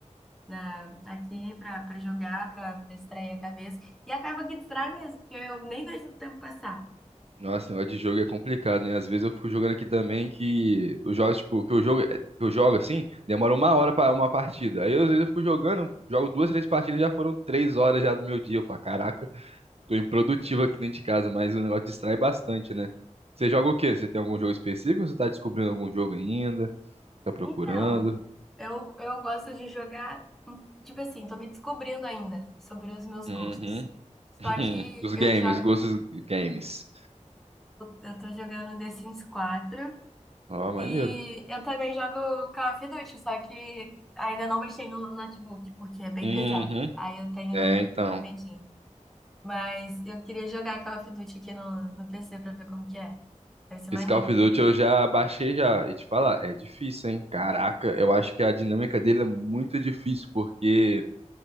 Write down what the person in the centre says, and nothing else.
na- aqui para jogar, para distrair a cabeça. E acaba que distrai mesmo, porque eu nem vejo o tempo passar.
Então, eu, eu gosto de jogar, hum, tipo assim, tô me descobrindo ainda sobre os meus
gostos. Só
que
eu
jogo,
eu tô jogando The Sims 4
e eu também jogo Call of Duty, só que ainda não mexi no notebook, porque é bem
pesado. Aí eu tenho,
tenho medinho. Mas eu queria jogar Call of Duty aqui no, no PC pra ver como que é. Deve ser
maneiro.